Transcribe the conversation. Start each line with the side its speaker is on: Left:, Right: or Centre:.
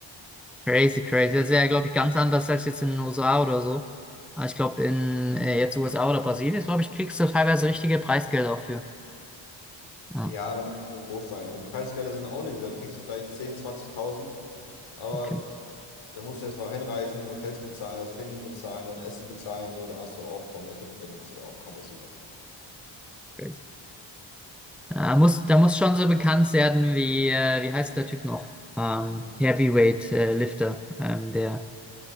Centre: Crazy, crazy. Das ist ja, glaube ich, ganz anders als jetzt in den USA oder so. Aber ich glaube, in äh, jetzt USA oder Brasilien, glaube ich, kriegst du teilweise richtige Preisgelder auch für. Ah,
Left: Ja, da muss es schon groß sein. Aber die Preisgelder sind auch nicht. Da kriegst du vielleicht 10, 20.000. Aber
Centre: okay.
Left: da musst du erstmal hinreisen, Hotels bezahlen, das Training bezahlen, dann Essen bezahlen. So, dann hast du auch vom Nettogewinn hast du da auch kaum was über.
Centre: Crazy. Da muss, da muss schon so bekannt werden wie, äh, wie heißt der Typ noch? Ähm,
Left: Hm.
Centre: Heavyweight
Left: Markus.
Centre: äh, Lifter. Ähm, der,